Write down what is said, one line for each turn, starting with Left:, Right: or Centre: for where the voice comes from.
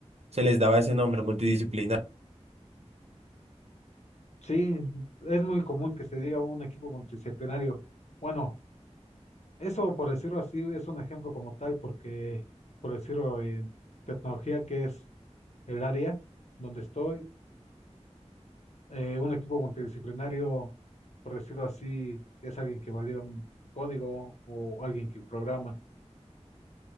Right: se les daba ese nombre, multidisciplinario.
Left: Sí, es muy común que se diga un equipo multidisciplinario. Bueno, eso por decirlo así es un ejemplo como tal, porque por decirlo en tecnología, que es el área donde estoy, eh, un equipo multidisciplinario, por decirlo así, es alguien que valida un código o alguien que programa.